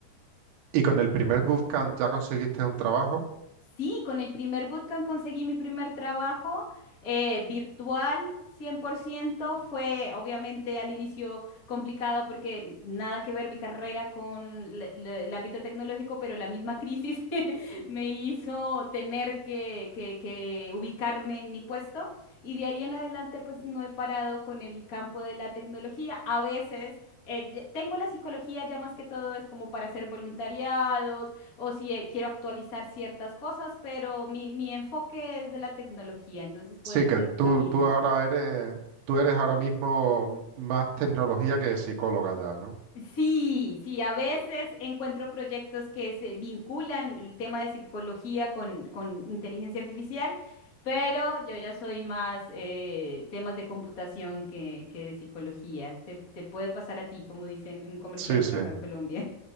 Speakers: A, on the right; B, on the left.
A: y con el primer bootcamp ya conseguiste un trabajo.
B: Sí, con el primer bootcamp conseguí mi primer trabajo eh, virtual 100%. Fue obviamente al inicio complicado porque nada que ver mi carrera con l- l- el ámbito tecnológico, pero la misma crisis <laughs> me hizo tener que, que- que ubicarme en mi puesto. Y de ahí en adelante pues no he parado con el campo de la tecnología. A veces eh, ya- tengo la psicología ya más que todo es como para hacer voluntariados o si eh, quiero actualizar ciertas cosas, pero mi, mi enfoque es de la tecnología, entonces puede
A: Sí,
B: ser
A: que
B: un
A: tú,
B: camino.
A: tú ahora eres, tú eres ahora mismo más tecnología que psicóloga ya, ¿no?
B: Sí, sí, a veces encuentro proyectos que se vinculan el tema de psicología con, con inteligencia artificial, pero yo ya soy más eh, temas de computación que, que de psicología. Te, te puede pasar a ti, como dicen en un comercial
A: Sí,
B: por
A: sí.
B: acá en Colombia.